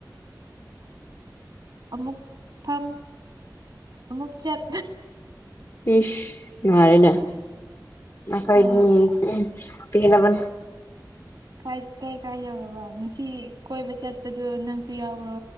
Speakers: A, on the right (about 75°); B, on the left (about 50°).
A: ꯎꯝꯨꯛ ꯐꯐꯝ ꯑꯃꯨꯛ ꯆꯠ
B: ꯏꯁ ꯅꯨꯡꯉꯔꯅꯦ ꯑꯩꯈꯣꯏꯗꯤ
A: ꯑ
B: ꯄꯂꯕꯟ
A: ꯀꯥꯏ ꯀꯥꯏ ꯀꯥꯏ ꯌꯧꯔꯕ ꯉꯁꯤ ꯀꯣꯏꯕ ꯆꯠꯄꯗꯨ ꯅꯪꯁꯨ ꯌꯥꯎꯕ꯭ꯔꯣ